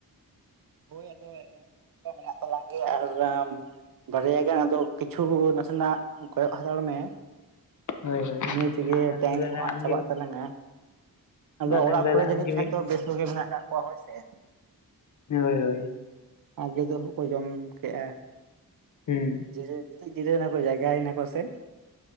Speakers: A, on the right; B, on the left.
A: ᱦᱳᱭ ᱟᱫᱚ ᱱᱚᱜ-ᱚᱭ ᱛᱚ ᱢᱮᱱᱟᱜ ᱛᱟᱞᱟᱝ ᱜᱮᱭᱟ ᱟᱨ ᱟᱢ ᱵᱟᱨᱮᱭᱟ ᱜᱟᱱ ᱟᱫᱚ ᱠᱤᱪᱷᱩ ᱱᱟᱥᱮᱱᱟᱜ ᱠᱚᱭᱚᱜ ᱦᱟᱛᱟᱲ ᱢᱮ,
B: ᱦᱳᱭ ᱦᱳᱭ
A: ᱤᱱᱟᱹ ᱛᱮᱜᱮ
B: ᱢᱟ
A: ᱴᱟᱭᱤᱢ
B: ᱛᱟᱦᱚᱞᱮ ᱫᱟᱫᱟ
A: ᱠᱚ ᱦᱟᱜ
B: ᱟᱢᱜᱮ
A: ᱪᱟᱵᱟᱜ ᱛᱟᱞᱟᱝᱟ, ᱟᱫᱚ
B: ᱢᱟ ᱛᱟᱦᱚᱞᱮ
A: ᱚᱲᱟᱜ
B: ᱫᱟᱫᱟ
A: ᱠᱚᱨᱮ ᱡᱟᱹᱱᱤᱡ
B: ᱟᱢᱜᱮ
A: ᱠᱷᱟᱡ
B: ᱢᱤᱫ
A: ᱫᱚ ᱵᱮᱥ ᱠᱚᱜᱮ ᱢᱮᱱᱟᱜ ᱠᱟᱜ ᱠᱚᱣᱟ ᱦᱳᱭᱥᱮ᱾
B: ᱦᱳᱭ ᱦᱳᱭ
A: ᱟᱡᱚᱫᱚᱦᱚ ᱠᱚ ᱡᱚᱢ ᱠᱮᱜ-ᱟ᱾
B: ᱦᱩᱸ,
A: ᱡᱮᱥᱮ ᱜᱤᱛᱤᱡ ᱡᱤᱨᱟᱹᱣᱱᱟ ᱠᱚ ᱡᱟᱭᱜᱟᱭᱮᱱᱟ ᱠᱚ ᱥᱮ᱾